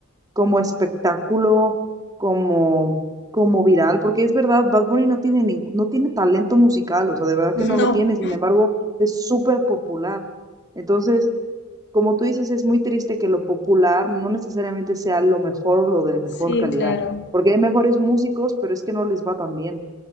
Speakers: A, on the right (about 15°); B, on the left (about 50°).
A: como espectáculo, como, como viral, porque es verdad, Bad Bunny no tiene ningún, no tiene talento musical, o sea, de verdad
B: <laughs>
A: que no
B: No.
A: lo tiene, sin embargo, es súper popular. Entonces, como tú dices, es muy triste que lo popular no necesariamente sea lo mejor o lo de mejor
B: Sí,
A: calidad,
B: claro.
A: porque hay mejores músicos, pero es que no les va tan bien.